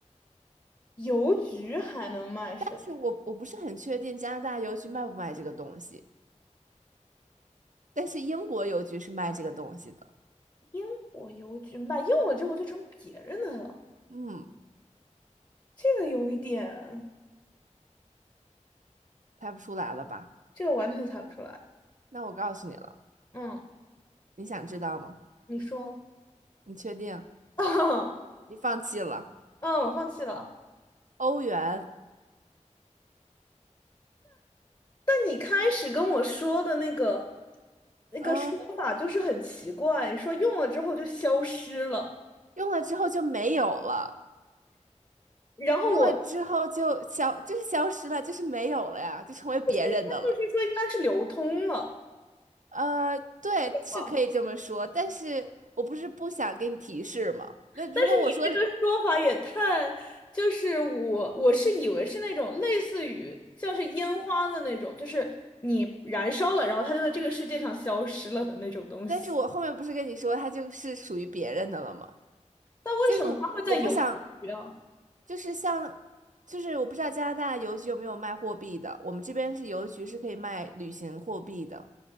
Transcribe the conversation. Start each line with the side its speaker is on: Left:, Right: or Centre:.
Left: 邮局还能卖什么？
Right: 但是我我不是很确定加拿大邮局卖不卖这个东西，但是英国邮局是卖这个东西的。
Left: 英国邮局卖用了之后就成别人的了，
Right: 嗯。
Left: 这个有一点，
Right: 猜不出来了吧？
Left: 这个完全猜不出来。
Right: 那我告诉你了，
Left: 嗯，
Right: 你想知道吗？
Left: 你说，
Right: 你确定？
Left: <laughs> 啊，
Right: 你放弃了？
Left: 嗯我放弃了。
Right: 欧元，
Left: 但你开始跟我说的那个那个说法就是很奇怪，
Right: 啊，
Left: 你说用了之后就消失了，
Right: 用了之后就没有了，
Left: 然后我，
Right: 用了之后就消，就是消失了，就是没有了呀，就成为别人的了。
Left: 那就是说应该是流通了。
Right: 呃，对，
Left: 对吧？
Right: 是可以这么说，但是我不是不想给你提示吗？那如果我说，
Left: 但是你这个说法也太，就是我我是以为是那种类似于像是烟花的那种，就是你燃烧了，然后它就在这个世界上消失了的那种东西。
Right: 但是我后面不是跟你说它就是属于别人的了吗？
Left: 但为什么它会在邮局啊？
Right: 就是我不想，就是像，就是我不知道加拿大邮局有没有卖货币的，我们这边是邮局是可以卖旅行货币的。